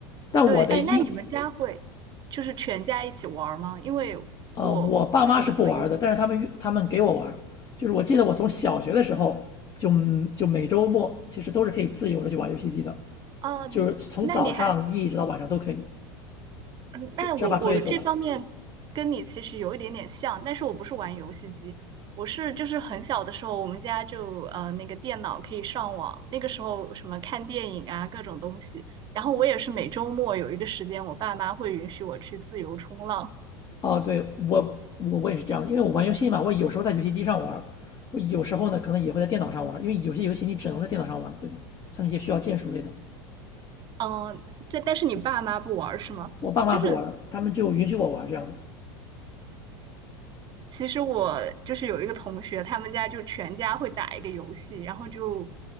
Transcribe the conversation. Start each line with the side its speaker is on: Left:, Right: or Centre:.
Left: 但我的一
Right: 对，哎，那你们家会就是全家一起玩儿吗？因为我我有的朋友，
Left: 呃，我爸妈是不玩的，但是他们他们给我玩，就是我记得我从小学的时候就就每周末其实都是可以自由的去玩游戏机的，
Right: 哦，
Left: 就是从早上一直到晚上都可以，
Right: 嗯那你还，嗯那我我这方面跟你其实有一点点像，
Left: 只只要把作业做完。
Right: 但是我不是玩游戏机，我是就是很小的时候，我们家就呃那个电脑可以上网，那个时候什么看电影啊各种东西，然后我也是每周末有一个时间，我爸妈会允许我去自由冲浪，
Left: 哦，对，我我我也是这样的，因为我玩游戏嘛，我有时候在游戏机上玩，我有时候呢可能也会在电脑上玩，因为有些游戏你只能在电脑上玩，对吧？像那些需要键鼠类的，
Right: 嗯、呃，但但是你爸妈不玩儿是吗？
Left: 我爸妈不玩，
Right: 就是。
Left: 他们就允许我玩这样的。
Right: 其实我就是有一个同学，他们家就全家会打一个游戏，然后就